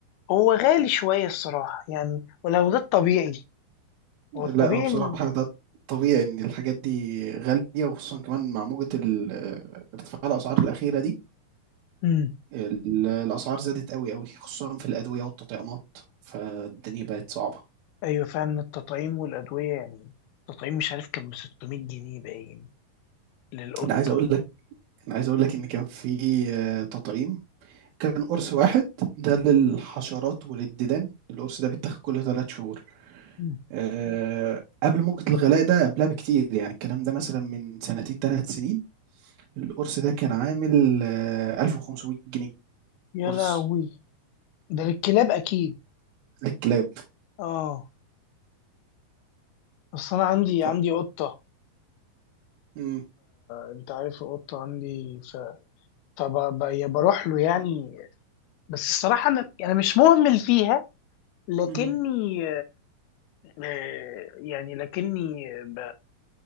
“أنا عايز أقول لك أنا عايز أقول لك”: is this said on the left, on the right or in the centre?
Right